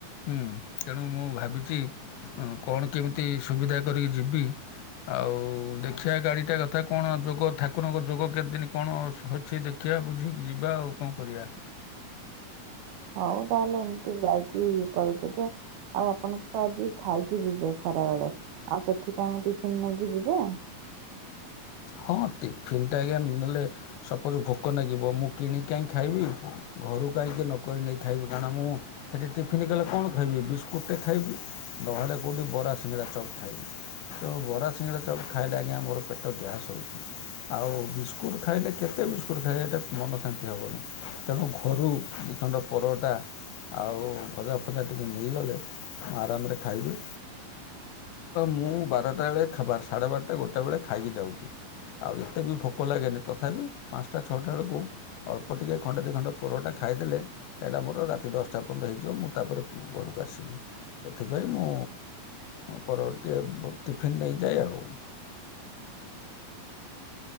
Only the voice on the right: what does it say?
ହଉ ତାହେଲେ ଏମିତି ଯାଇକି କରିଦେବେ। ଆଉ ଆପଣ ତ ଆଜି ଖାଇକି ଯିବେ ଖରା ବେଳେ ଆଉ ସେଥିପାଇଁ ଟିଫିନ୍ ନେଇକି ଯିବେ?